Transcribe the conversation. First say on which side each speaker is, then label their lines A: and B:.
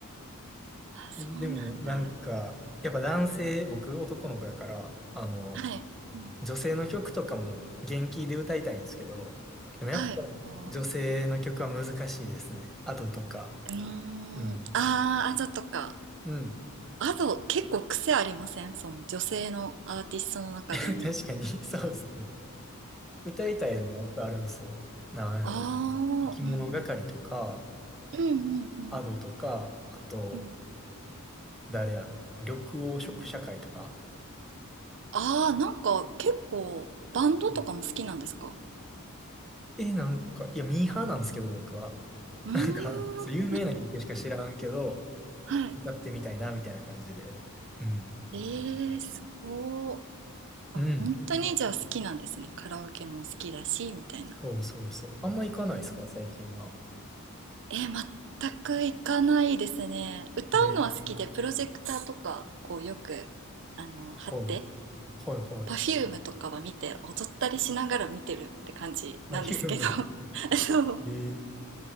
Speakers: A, on the right; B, in the centre.
A: あそうなんだ。
B: でも、なんか、やっぱ男性、僕男の子やから、あの、
A: はい。うん、
B: 女性の曲とかも元気で歌いたいんですけど、でもやっぱ
A: はい。おー
B: 女性の曲は難しいですね。アドとか。
A: うー
B: うん。
A: ん。あー、あざとか。
B: うん。
A: アド、結構癖ありませんその女性のアーティストの中でも。
B: <laughs> 確かに、そうですね。歌いたいのはいっぱいあるんですよ。なんやろ。
A: あ
B: 生き物係とか、
A: あ、うんうん。うんうんうん
B: アドとか、あと、
A: うん
B: 誰やろ。緑黄色社会とか。
A: うん。ああ、なんか結構バンドとかも好きなんですか
B: うんえ、なんか、いや、ミーハーなんですけど、僕は。
A: うーん。
B: なんか、そう有名な曲しか知らんけど、
A: はい。
B: 歌ってみたいな、みたいな感じで。うん。
A: ええすごー。
B: うん。
A: あ、もう本当にじゃあ好きなんですね。カラオケも好きだし、みたいな。
B: そうそうそう。あんま行かないですか、最近は。
A: えー、全く行かないですね。歌うのは好きで、
B: えー、
A: プロジェクターとか、こうよく、あの、貼って、
B: はい。はいはい。
A: Perfume とかは見て踊ったりしながら見てるって感じなんですけど
B: あ、ヒューム。
A: <laughs> そう
B: えー、